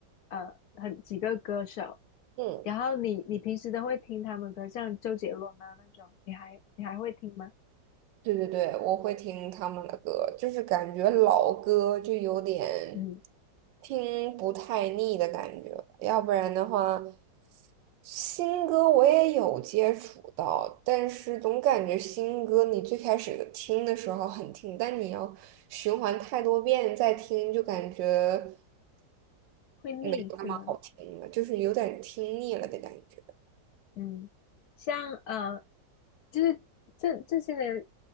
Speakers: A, on the left; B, on the right.
A: 呃很几个歌手，
B: 嗯。
A: 然后你你平时都会听他们歌，像周杰伦啊那种，你还你还会听吗？
B: 对对对，我会听他们的歌，就是感觉老歌就有点
A: 嗯，
B: 听不太腻的感觉，要不然的话，新歌我也有接触到，但是总感觉新歌你最开始听的时候很听，但你要循环太多遍再听，就感觉
A: 会腻是吗？
B: 没有那么好听了，就是有点听腻了的感觉。
A: 嗯，像呃就是这这些年